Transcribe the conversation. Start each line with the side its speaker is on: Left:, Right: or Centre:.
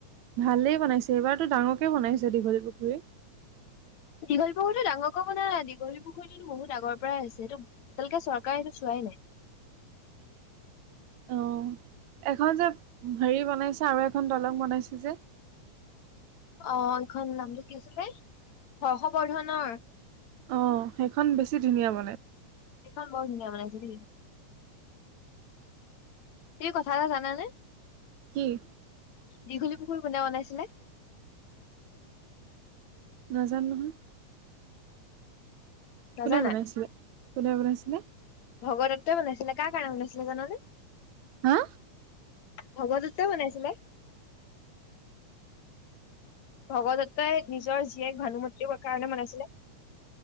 Right: ভালেই বোনাইছে, এইবাৰতো ডাঙৰকে বোনাইছে দীঘলীপুখুৰী।
Left: দীঘলীপুখুৰীটো ডাঙৰ কৈ বোনোৱা নাই, দীঘলীপুুখুৰীতটো বহুত আগৰ পৰাই আছে এইটো এতিয়া লৈকে চৰকাৰে এইটো চোৱাই নাই।
Right: অ', এখন যে হেৰি বনাইছে আৰু এখন দলং বনাইছে যে।
Left: অ' এইখন নামটো কি আছিলে হৰ্ষবৰ্ধনৰ
Right: অ' সেইখন বেছি ধুনীয়া মানে।
Left: সেইখন বৰ ধুনীয়া বনাইছে দেই। তুমি কথা এটা জানা নে?
Right: কি?
Left: দীঘলী পুখুৰী কোনে বনাইছিলে?
Right: নাজানো নহয়।
Left: নাজানা
Right: কোনে বনাইছিলে? কোনে বনাইছিলে?
Left: ভগদত্তই বনাইছিলে। কাৰ কাৰণে বনাইছিলে জানানে?
Right: হা?
Left: ভগদত্তই বনাইছিলে। ভগদত্তই নিজৰ জীয়েক ভানুমতীৰ কাৰণে বনাইছিলে।